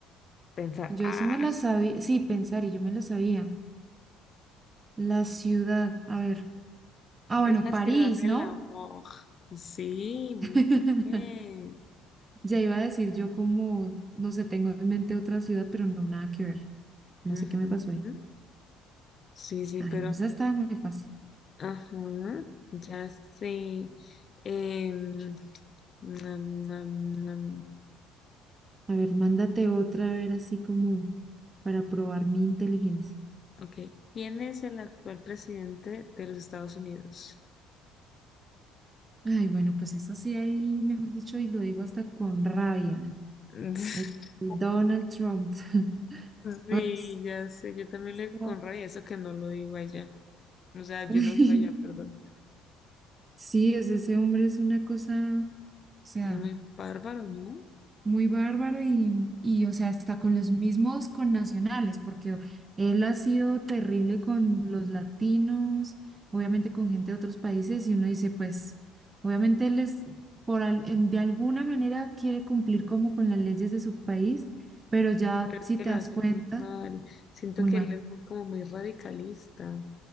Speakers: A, on the left; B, on the right.
A: Pensar,
B: Yo
A: ah,
B: eso me la
A: <laughs>
B: sabía, sí, pensar y yo me la sabía. La ciudad, a ver. Ah,
A: es
B: bueno,
A: la
B: París,
A: ciudad del
B: ¿no?
A: amor. Sí, muy
B: <laughs>
A: bien.
B: Ya iba a decir yo como, no sé, tengo en mente otra ciudad, pero no, nada que ver. No
A: Ujú.
B: sé qué me pasó ahí.
A: Sí, sí,
B: Ay,
A: pero,
B: no, esa estaba muy fácil.
A: ajá, ya sé. Em, nam, nam, nam.
B: A ver, mándate otra, a ver, así como para probar mi inteligencia.
A: Ok. ¿Quién es el actual presidente de los Estados Unidos?
B: Ay, bueno, pues eso sí ahí, mejor dicho, y lo digo hasta con rabia.
A: <laughs>
B: El Donald Trump. <laughs>
A: Sí,
B: Ay, sí,
A: ya sé, yo también
B: sí,
A: le
B: sí,
A: con
B: no.
A: rabia eso que no lo digo allá. O sea,
B: <laughs>
A: yo no vivo allá, perdón.
B: Sí, o sea, ese hombre es una cosa, o sea,
A: Es muy bárbaro, ¿no?
B: muy bárbaro y, y, o sea, hasta con los mismos connacionales, porque él ha sido terrible con los latinos, obviamente con gente de otros países, y uno dice, pues, obviamente él es, por, al- en- de alguna manera quiere cumplir como con las leyes de su país, pero ya
A: Pero
B: si
A: es que
B: te
A: lo
B: das
A: hace
B: cuenta,
A: muy mal. Siento
B: muy
A: que
B: mal.
A: él es muy- como muy radicalista.